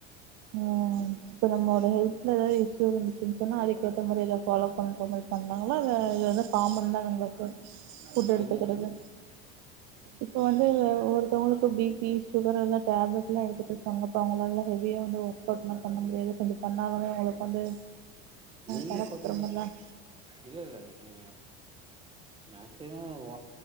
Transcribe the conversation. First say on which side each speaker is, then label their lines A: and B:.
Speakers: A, on the right (about 60°); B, on the right (about 15°).
A: அ இப்போ நம்மோட ஹெல்த் எதாது இஸ்யூ இருந்துச்சுன் சொன்னா அதுக்கேத்த மாரி எதா ஃபாலோ பண்ற மாரி பண்லாங்களா இது எதோ காமன் தானுங்கள <unintelligible> இப்ப எடுத்துக்கடது
B: எது எதுங்க
A: இப்ப வந்து ஒரு டோனுக்கு பி பி சுகர் எல்லா டேப்லெட்ல்லா எடுத்துட்டு இருப்பாங்க அப்ப அவுங்க எல்லா ஹெவியா வந்து வொர்க் அவுட்ல்லா பண்ண முடியாது கொஞ்ச பண்ணாலுமே அவுங்களுக்கு வந்து
B: நீங்க
A: தலை
B: கொஞ்ச
A: சுத்துற மாதிரிலாம்
B: இல்ல இல்ல நி மேக்சிமம் வ